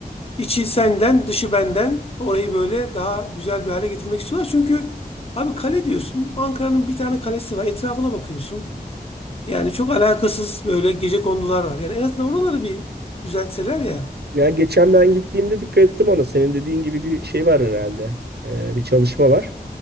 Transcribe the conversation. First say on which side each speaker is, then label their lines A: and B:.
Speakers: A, on the left (about 35°); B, on the right (about 80°).
A: içi senden, dışı benden. Orayı böyle daha güzel bir hale getirmek istiyorlar. Çünkü abi kale diyorsun. Ankara'nın bir tane kalesi var. Etrafına bakıyorsun. Yani çok alakasız böyle gecekondular var. Yani en azından oraları bir düzeltseler ya.
B: Ya geçen ben gittiğimde dikkat ettim ona. Senin dediğin gibi bir şey var herhalde. Ee, bir çalışma var.